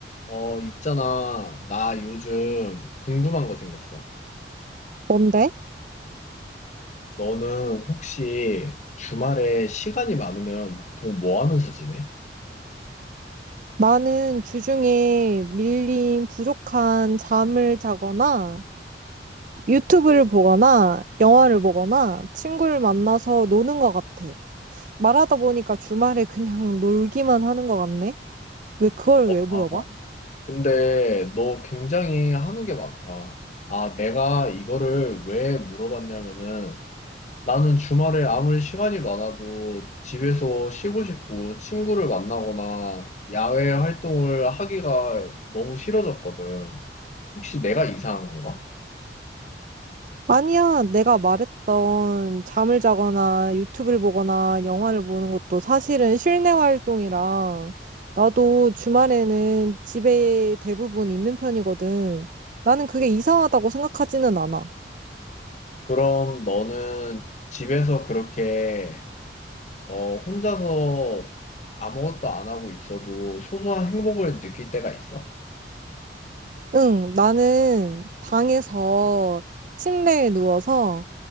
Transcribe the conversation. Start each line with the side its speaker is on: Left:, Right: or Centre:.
Left: 어, 있잖아. 나 요즘 궁금한 거 생겼어.
Right: 뭔데?
Left: 너는 혹시 주말에 시간이 많으면 보통 뭐 하면서 지내?
Right: 나는 주중에 밀린 부족한 잠을 자거나 유튜브를 보거나 영화를 보거나 친구를 만나서 노는 것 같아. 말하다 보니까 주말에 그냥 <laughs> 놀기만 하는 것 같네? 왜 그걸 왜 물어봐?
Left: 어, 근데 너 굉장히 하는 게 많다. 아, 내가 이거를 왜 물어봤냐면은 나는 주말에 아무리 시간이 많아도 집에서 쉬고 싶고 친구를 만나거나 야외 활동을 하기가 너무 싫어졌거든. 혹시 내가 이상한 건가?
Right: 아니야, 내가 말했던 잠을 자거나 유튜브를 보거나 영화를 보는 것도 사실은 실내 활동이라 나도 주말에는 집에 대부분 있는 편이거든. 나는 그게 이상하다고 생각하지는 않아.
Left: 그럼 너는 집에서 그렇게 어, 혼자서 아무것도 안 하고 있어도 소소한 행복을 느낄 때가 있어?
Right: 응, 나는 방에서 침대에 누워서